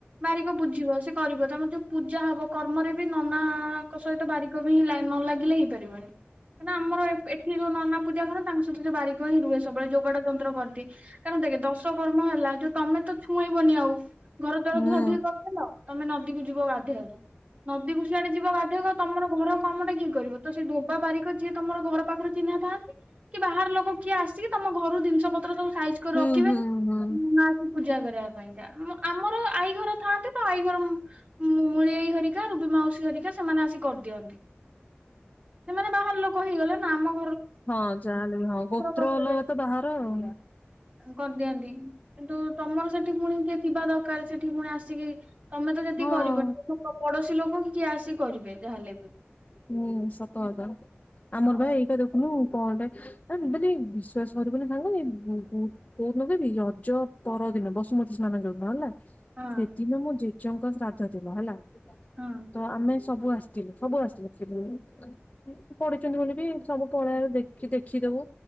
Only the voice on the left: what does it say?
ହୁଁ
ହୁଁ
ହୁଁ ହୁଁ।
ହଁ ଯାହେଲେ ବି ହଁ ଗୋତ୍ର
ଅଲଗା ତ ବାହାର ଆଉ।
ହଁ।
ହୁଁ ସତ କଥା। ଆମର
ବା ଏଇଟା ଦେଖୁନୁ କଣ ଟେ ଯଦି ବିଶ୍ଵାସ କରିବୁନି ଖାଇ କୋଉଦିନ ଦେବି ରଜ ପରଦିନ ବସୁମତୀ ସ୍ନାନ ଯୋଉଦିନ ହେଲା।
ସେଦିନ ମୁଁ ଯ ଜଙ୍କ ଶ୍ରାଦ୍ଧ ଥିବ ହେଲା
ତ ଆମେ ସବୁ ଆସିଥିଲେ ସବୁ ଆସିଥିଲେ। ପଢିଛନ୍ତି ବୋଲି ବି ସବୁ ପଳେଇଆଇଲୁ ଦେଖି ଦେଖିଦବୁ